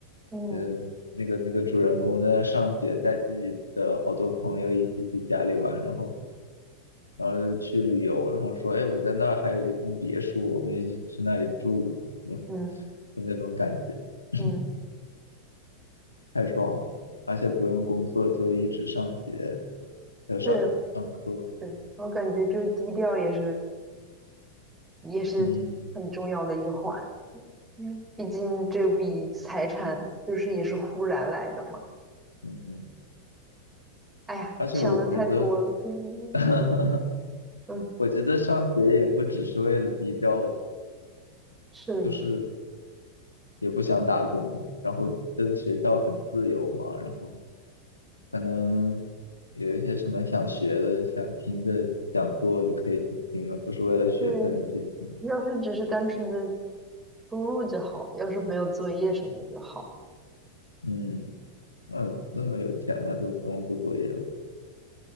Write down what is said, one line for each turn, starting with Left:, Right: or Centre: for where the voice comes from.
Right: 嗯
Left: 嗯，那个那个主人公在那上学，带自己的好多朋友一起去家里玩，然后。然后就去旅游，然后说，哎，我在那儿还有一栋别墅，我们一起去那里住，嗯，
Right: 嗯。
Left: 就那种感觉，<clears throat>
Right: 嗯，
Left: 太爽了，而且不用工作就一直上学，要上上课，
Right: 对对，我感觉这低调也是也是很重要的一环，
Left: 嗯
Right: 嗯，毕竟这笔财产就是也是忽然来的嘛。
Left: 嗯，嗯，
Right: 哎呀，
Left: 而且我觉得，
Right: 想的太多了，嗯
Left: <laughs>
Right: 嗯，
Left: 我觉得上学也不只是为了低调，
Right: 是的，
Left: 就是也不想打工，然后这个学校很自由嘛，然后。可能有一些什么想学的、想听的讲座就可以去听，而不是为了学分去听。
Right: 是的对，要是只是单纯的输入就好，要是没有作业什么的就好，
Left: 嗯，那那么有钱那就不用做作业了？